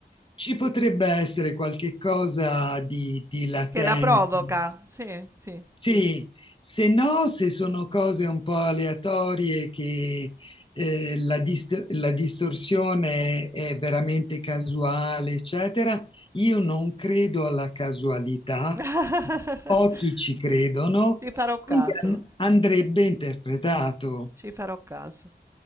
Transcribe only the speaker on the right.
Che la provoca. Sì, sì.
<laughs>
Ci farò
caso,
ci farò caso.